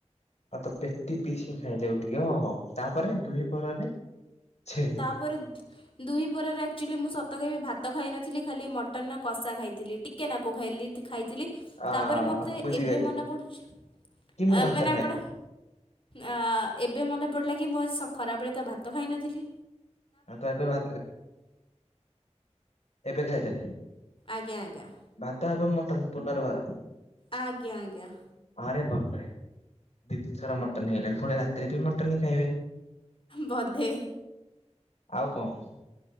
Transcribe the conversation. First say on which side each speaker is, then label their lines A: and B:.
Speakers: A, on the left; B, on the left.
A: ଆଉ ତ ପେଟି ପିସିକି ଖାଇଲେ ଟିକେ ହଁ ହଉ ତାପରେ ଦୁହି ପହରରେ ଛେଳି
B: ତାପରେ ଦୁହି ପରେ ଆକ୍ଚୁଆଲି ମୁଁ ସତ କହିବି ଭାତ ଖାଇନଥିଲି ଖାଲି ମଟନ କଷା ଖାଇଥିଲି। ଟିକେନାକୁ ଖାଇଲି ଖାଇଥିଲି
A: ଆ
B: ତାପରେ ମୋର
A: ବୁଝିଗଲି
B: ଏବେ ମନା ପଡୁଛି।
A: କି ମୁଁ
B: ଆ
A: ଭାତ
B: ମାନେ
A: ଖାଏ
B: ଆପଣ ଆ ଏବେ ମନେ ପଡିଲା କି ମୁଁ ଆଜି ଖରାବେଳେ ତ ଭାତ ଖାଇନଥିଲି।
A: ଆଉ ତ ଏବେ ଭାତ ଖାଇ ଏବେ ଖାଇଦେଲେ।
B: ଆଜ୍ଞା ଆଜ୍ଞା।
A: ଭାତ ଏବଂ ମଟନ ପୁନର୍ବାର।
B: ଆଜ୍ଞା ଆଜ୍ଞା।
A: ଆରେ ବାପରେ ଦି ଦି ଥର ମଟନ ହେଇଗଲେଣି ପୁଣି ରାତି ବି ମଟନ ହିଁ ଖାଇବେ
B: ବୋଧେ
A: ଆଉ କଣ?